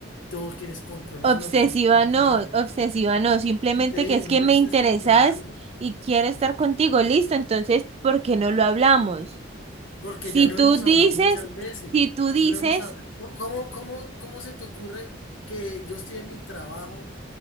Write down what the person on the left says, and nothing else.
todo quieres controlarlo,
te dije la vez
pasada,
y te dije,
no
me
estés
controlando,
porque
ya lo
hemos
hablado muchas veces,
ya lo hemos hablado, ¿cómo, cómo, cómo se te ocurre que yo estoy en mi trabajo